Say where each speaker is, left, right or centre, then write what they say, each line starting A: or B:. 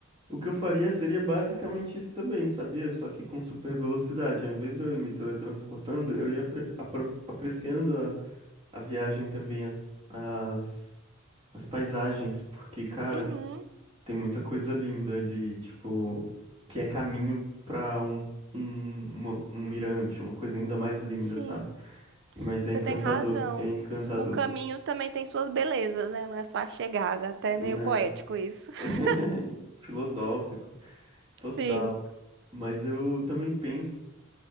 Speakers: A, on the right; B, on the right.
A: O que eu faria seria basicamente isso também, sabia? Só que com super velocidade. Ao invés de eu ir me teletransportando, eu ia apre- apro- apreciando a, a viagem também, as, as, as paisagens, porque, cara,
B: Uhum,
A: tem muita coisa linda ali, tipo, que é caminho pra um, um, uma- um mirante, uma coisa ainda mais linda,
B: sim,
A: sabe? Mas
B: você
A: é encantador,
B: tem razão.
A: é encantador,
B: O caminho também tem suas belezas, né? Não é só a chegada, até
A: né?
B: é meio poético isso. <laughs>
A: <laughs> Filosófico, total.
B: Sim.
A: Mas eu também penso.